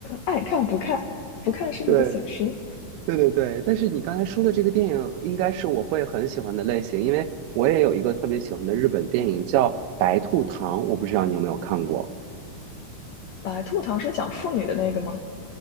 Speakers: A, on the left (about 75°); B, on the right (about 80°).
A: 爱看不看，不看是你的损失。
B: 对对对对，但是你刚才说的这个电影应该是我会很喜欢的类型，因为我也有一个特别喜欢的日本电影叫《白兔糖》，我不知道你有没有看过。
A: 白兔糖是讲妇女的那个吗？